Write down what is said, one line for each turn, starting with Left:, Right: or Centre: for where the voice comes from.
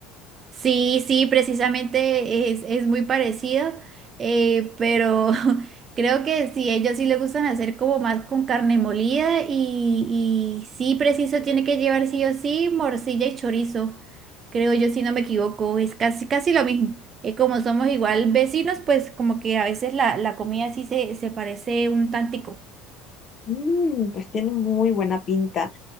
Right: Sí, sí, precisamente es, es muy parecido, eh, pero <laughs> creo que sí, ellos sí les gustan hacer como más con carne molida y, y sí, preciso, tiene que llevar sí o sí morcilla y chorizo, creo yo, si no me equivoco, es casi, casi lo mismo. Eh, como somos igual vecinos, pues como que a veces la, la comida sí se, se parece un tantico.
Left: Mm, pues tiene muy buena pinta.